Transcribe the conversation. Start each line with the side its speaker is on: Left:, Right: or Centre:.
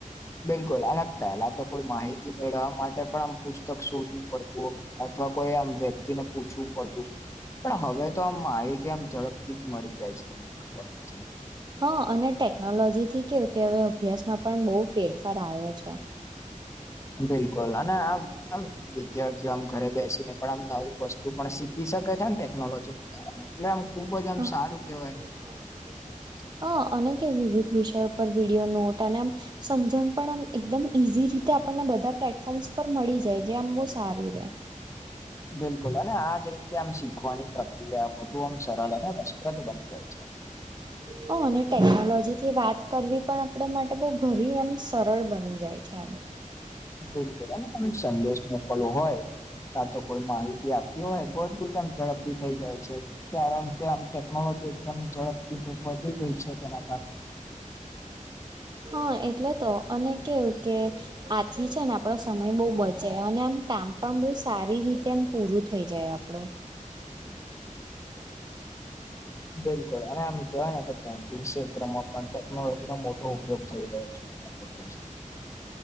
Left: બિલકુલ અને પહેલા તો કોઈ માહિતી મેળવવા માટે પણ આમ પુસ્તક શોધવું પડતું. અથવા કોઈ આમ વ્યક્તિને પૂછવું પડતું, પણ હવે તો આમ માહિતી આમ ઝડપથી મળી જાય છે તમને ખબર <unintelligible>
Right: હા, અને ટેકનોલોજીથી કેવું કે હવે અભ્યાસમાં પણ બવ ફેરફાર આવ્યો છે.
Left: બિલકુલ અને આમ આમ વિદ્યાર્થીઓ આમ ઘરે બેસીને પણ આમ નવી વસ્ તું પણ શીખી શકે છે ને ટેકનોલોજીના કારણે એટલે આમ ખુબ
Right: <inaudible>
Left: જ આમ સારું કેહેવાય
Right: હ અને કે વિવિધ વિષયો પર વિડીયો નોટ અને આમ સમજણ પણ આમ એકદમ ઈઝી રીતે આપણને બધા પ્લેટફોર્મ્સ પર મળી જાય જે આમ બોવ સારું રહેે.
Left: બિલકુલ અને આજ રીતે આમ શીખવાની પ્રક્રિયા વધુ આમ સરળ અને રસપ્રદ બની જાય છે.
Right: હ અને ટેકનોલોજીથી વાત કરવી પણ આપડે માટે બવ ઘરી એમ સરળ બની જાય છે. <inaudible>
Left: બિલકુલ અને <unintelligible> સંદેશ મોકલવો હોય સાચો કોઈ માહિતી આપવી હોય, બધુ કામ ઝડપથી થઈ જાય છે. કારણ કે, આમ ટેકનોલોજી એકદમ ઝડપથી થી વધી ગઈ છે તેના કારણે.
Right: હા, એટલે તો અને કેવું કે આથી છે ને આપણો સમય બોવ બચે અને આમ કામ પણ બહુ સારી રીતે એમ પૂરું થઈ જાય આમ. <unintelligible>
Left: બિલકુલ, અને એમ કહેવાય ને કે બેંકિંગ ક્ષેત્રમાં પણ ટે કનોલોજીનો મોટો ઉપયોગ થઈ રહ્યો છે. તમને ખબર છે?